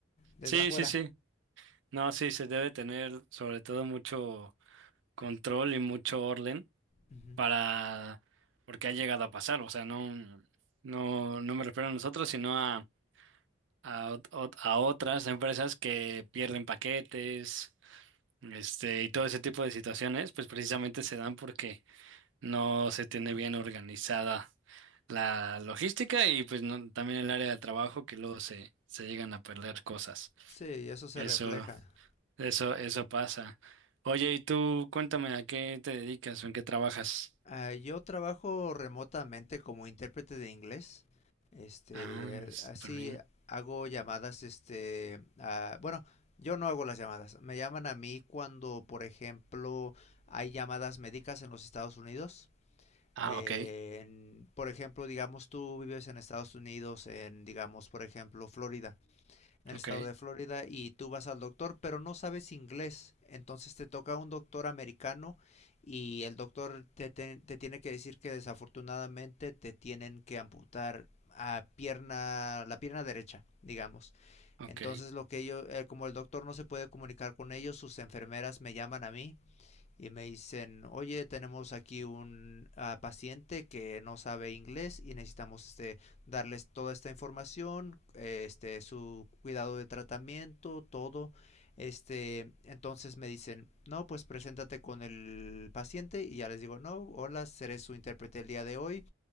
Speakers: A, on the left; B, on the right.
A: desde
B: sí,
A: afuera.
B: sí, sí. No, sí, se debe tener sobre todo mucho control y mucho orden
A: Ujú.
B: para, porque ha llegado a pasar, o sea, no, no, no me refiero a nosotros, sino a, a, ot- ot- a otras empresas que pierden paquetes, este, y todo ese tipo de situaciones, pues precisamente se dan porque no se tiene bien organizada la logística y pues no- también el área de trabajo que luego se, se llegan a perder cosas.
A: Sí, eso se
B: Eso.
A: refleja.
B: Eso, eso pasa. Oye, y tú cuéntame a qué te dedicas o en qué trabajas.
A: Ah, yo trabajo remotamente como intérprete de inglés. Este,
B: Ah, súper
A: así
B: bien.
A: hago llamadas, este, a- bueno, yo no hago las llamadas. Me llaman a mí cuando, por ejemplo, hay llamadas médicas en los Estados Unidos.
B: Ah,
A: Eh,
B: ok,
A: en- por ejemplo, digamos tú vives en Estados Unidos, en, digamos, por ejemplo, Florida, en el
B: ok,
A: estado de Florida, y tú vas al doctor, pero no sabes inglés. Entonces te toca un doctor americano y el doctor te, te- te tiene que decir que desafortunadamente te tienen que amputar a pierna, la pierna derecha, digamos.
B: ok.
A: Entonces lo que ellos, eh, como el doctor no se puede comunicar con ellos, sus enfermeras me llaman a mí y me dicen, oye, tenemos aquí un ah, paciente que no sabe inglés y necesitamos este, darles toda esta información, eh, este, su cuidado de tratamiento, todo. Este, entonces me dicen, no, pues preséntate con el paciente y ya les digo, no, hola, seré su intérprete el día de hoy.